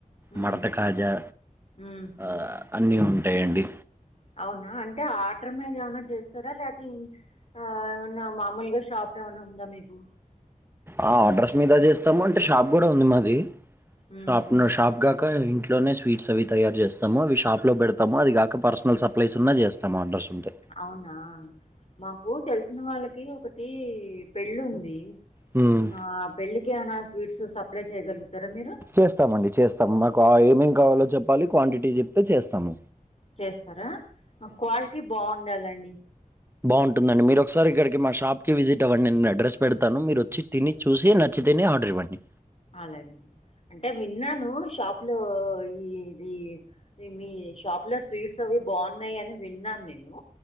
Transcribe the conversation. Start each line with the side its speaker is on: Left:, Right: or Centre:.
Left: ఉమ్
Right: మడత కాజా,
Left: ఉమ్
Right: ఆ అన్నీ ఉంటయండి.
Left: అవునా? అంటే ఆర్టర్ మీద ఏమన్నా చేస్తరా? లేక ఇంక్ ఆ ఏమన్నా, మాములుగా షాప్స్ ఏమన్నా, ఉందా మీకు?
Right: ఆ ఆర్డర్స్ మీద జేస్తాము. అంటే షాప్ గూడా ఉంది మాది
Left: ఉమ్
Right: షాప్ నా షాప్ గాక, ఇంట్లోనే స్వీట్స్ అవి తయారు జేస్తాము. అవి షాప్ లో బెడతాము. అది గాక పర్సనల్ సప్లైస్ ఉన్నా జేస్ తం ఆర్డర్స్ ఉంటె
Left: అవునా? మాకు తెలిసిన వాళ్ళకి ఒకటీ పెళ్ళుందీ.
Right: హ్మ్
Left: ఆ పెళ్ళికి ఏమన్నా స్వీట్స్ సప్లై చెయ్య గలుగుతారా మీరు?
Right: చేస్తామండి చేస్తాం. మాకు ఏమేం కావాలో చెప్పాలి. క్వాంటిటీ జెప్ తె చేస్తాము.
Left: చేస్తరా? మాక్ క్వాలిటీ బావుండాలండి.
Right: బావుంటుందండి. మీరు ఒకసారి ఇక్కడికి మా షాప్ కి విజిట్ అవ్వండి. నేను అడ్రస్ పెడతాను. మీరొచ్చి, తిని, చూసి, నచ్చితేనే, ఆర్డర్ ఇవ్వండి.
Left: అలాగేండి అంటే విన్నాను. షాప్ లో ఈ ఇదీ నెన్ మీ షాప్ లో, స్వీట్స్ అవి బావున్నాయని విన్నాను నేనూ